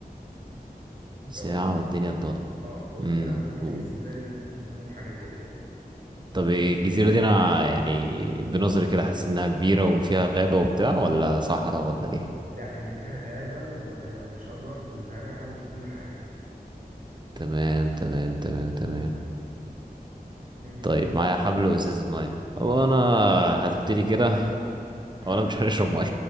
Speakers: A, on the right; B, on the right.
A: ساعة
B: فقول لي بقى
A: والدنيا ضلمة
B: اه فقول
A: امم
B: لي بقى ممكن
A: و...
B: ايه السيناريو اللي انت ترسمه في حاجة زي كده
A: طب الجزيرة دي انا يعني بنظري كده حاسس انها كبيرة وفيها غابة وبتاع ولا صحراء ولا ايه
B: لا هي فيها غابة و- وشجر وزرع وكل حاجة
A: تمام تمام تمام تمام
B: مم،
A: طيب
B: قول
A: معايا
B: بقى
A: حبل وازازة مية هو
B: اه
A: انا هتبتدي كده
B: مم.
A: اولا مش هنشرب مية